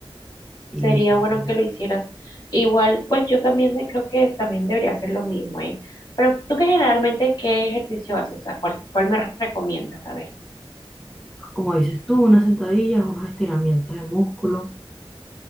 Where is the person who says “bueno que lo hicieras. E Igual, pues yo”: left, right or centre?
Left